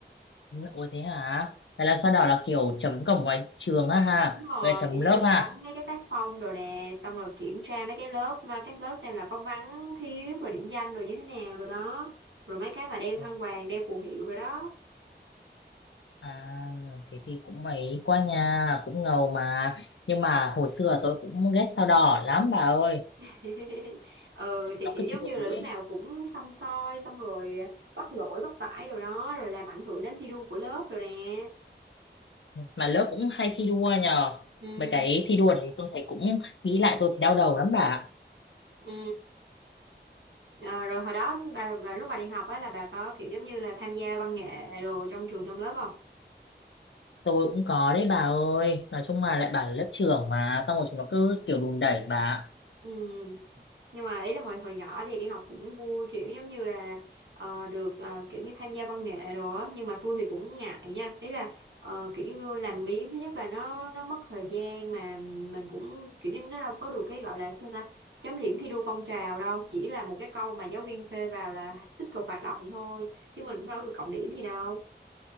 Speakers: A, on the left (about 85°); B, on the right (about 80°).
A: ủa thế hả? Là làm sao đó là kiểu chấm cổng ngoài trường á ha,
B: Đúng rồi,
A: về chấm
B: kiểu như
A: lớp ha.
B: nhắm mấy cái tác phong rồi nè, xong rồi kiểm tra mấy cái lớp, mà các lớp xem là có vắng, thiếu, rồi điểm danh rồi như thế nào rồi đó. Rồi mấy cái mà đeo
A: Ồ,
B: khăn quàng, đeo phù hiệu rồi đó.
A: À, thế thì cũng mấy qua nhà, cũng ngầu mà. Nhưng mà hồi xưa tôi cũng ghét sao đỏ lắm bà ơi.
B: <laughs> ừ,
A: Chúng
B: thì
A: nó
B: kiểu
A: cứ chửi
B: giống như là lúc
A: ấy.
B: nào cũng xăm soi, xong rồi bắt lỗi, bắt phải rồi đó, rồi làm ảnh hưởng đến thi đua của lớp rồi nè.
A: mà lớp cũng hay thi đua nhờ
B: Ừ,
A: mấy cái thi đua này tôi thấy cũng nghĩ lại tôi thấy đau đầu lắm bà ạ.
B: ừ. Ờ, rồi hồi đó, bà, bà, lúc bà đi học á là bà có kiểu giống như là tham gia văn nghệ đồ trong trường, trong lớp không?
A: tôi cũng có đấy bà ơi nói chung mà lại bảo là lớp trưởng mà xong rồi chúng nó cứ kiểu đùn đẩy bà ạ.
B: Ừ. nhưng mà ý là hồi hồi nhỏ thì đi học cũng vui kiểu giống như là ờ, được ờ, kiểu như tham gia văn nghệ đồ á nhưng mà tôi thì cũng ngại nha ý là ờ, kiểu như làm biếng thứ nhất là nó nó mất thời gian mà mình cũng kiểu như nó đâu có được cái gọi là sao ta chấm điểm thi đua phong trào đâu chỉ là một cái câu mà giáo viên phê vào là tích cực hoạt động thôi chứ mình cũng đâu có được cộng điểm gì đâu